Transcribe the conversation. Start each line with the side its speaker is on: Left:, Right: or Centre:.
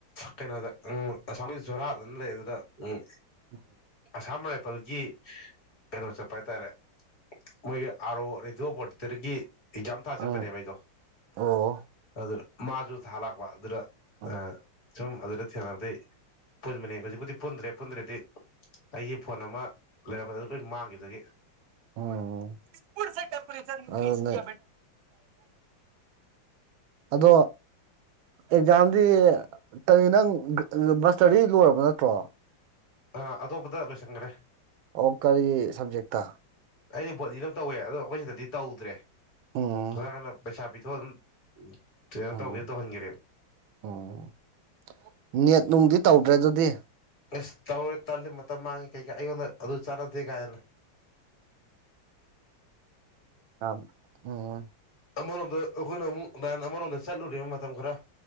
Left: ꯀꯩꯅꯣꯗ ꯑꯪ ꯑꯁꯥꯝꯒꯤ ꯖꯣꯔꯥꯗ ꯂꯩꯕꯗꯨꯗ ꯎꯝ
Right: ꯎꯝ
Left: ꯑꯁꯥꯝ ꯔꯥꯏꯐꯜꯒꯤ ꯀꯩꯅꯣ ꯆꯠꯄ ꯍꯥꯏꯇꯔꯦ ꯃꯣꯏꯒꯤ ꯑꯥꯔꯑꯣ ꯔꯦꯗꯤꯑꯣ ꯑꯣꯄꯣꯂꯦꯇꯔꯒꯤ ꯑꯦꯛꯖꯥꯝ ꯊꯥ
Right: ꯎꯝ
Left: ꯆꯠꯄꯅꯦꯕ ꯑꯩꯗꯣ
Right: ꯑꯣ
Left: ꯑꯗꯨ ꯃꯥꯁꯨ ꯊꯥ ꯂꯥꯛꯄ ꯑꯗꯨꯗ
Right: ꯎꯝ
Left: ꯑ ꯁꯨꯝ ꯑꯗꯨꯗ ꯊꯦꯡꯅꯕꯗꯩꯒꯤ ꯄꯨꯟꯕꯅꯦ ꯍꯧꯖꯤꯛꯄꯨꯗꯤ ꯄꯨꯟ ꯄꯨꯟꯗ꯭ꯔꯦ ꯄꯨꯟꯗ꯭ꯔꯦꯗꯤ ꯑꯩꯒꯤ ꯐꯣꯟ ꯑꯃ ꯂꯩꯔꯝꯕ ꯑꯗꯨ ꯂꯣꯏ ꯃꯥꯡꯈꯤꯕꯗꯒꯤ
Right: ꯎꯝ <unintelligible> ꯑꯗꯣ ꯅꯣꯏ ꯑꯗꯣ ꯑꯦꯛꯖꯥꯝꯗꯤ ꯀꯔꯤ ꯅꯪ ꯃꯁꯇꯔꯗꯤ ꯂꯣꯏꯔꯕ ꯅꯠꯇ꯭ꯔꯣ
Left: ꯑ ꯑꯇꯣꯞꯄꯗ ꯂꯣꯏꯁꯤꯟꯒ꯭ꯔꯦ
Right: ꯑꯣ ꯀꯔꯤ ꯁꯕꯖꯦꯛꯇ
Left: ꯑꯩꯗꯤ ꯕꯣꯠꯅꯤꯗ ꯑꯗꯨꯝ ꯇꯧꯋꯦ ꯑꯗꯣ ꯑꯩꯈꯣꯏꯁꯤꯗꯗꯤ ꯇꯧꯗ꯭ꯔꯦ
Right: ꯎꯝ
Left: <unintelligible> ꯄꯩꯁꯥ ꯄꯤꯊꯣꯛꯑ ꯑꯗꯨꯝ ꯀꯩꯅꯣ
Right: ꯎꯝ
Left: ꯇꯧꯒꯦ ꯇꯧꯍꯟꯒ꯭ꯔꯦ
Right: ꯎꯝ ꯅꯦꯠ ꯅꯨꯡꯗꯤ ꯇꯧꯗ꯭ꯔꯦ ꯑꯗꯨꯗꯤ
Left: ꯑꯁ ꯇꯧꯔꯣꯏ ꯇꯜꯂꯤ ꯃꯇꯝ ꯃꯥꯡꯉꯦ ꯀꯩꯀꯥ ꯑꯩꯉꯣꯟꯗ ꯑꯗꯨ ꯆꯥꯟꯅꯗꯦ ꯀꯥꯍꯦꯟꯅ
Right: ꯑꯝ ꯎꯝ
Left: ꯑꯃꯔꯣꯝꯗ ꯑꯩꯈꯣꯏꯅ ꯑꯃꯨꯛ ꯂꯥꯏꯟ ꯑꯃꯔꯣꯝꯗ ꯆꯠꯂꯨꯔꯦꯕ ꯃꯇꯝ ꯈꯔ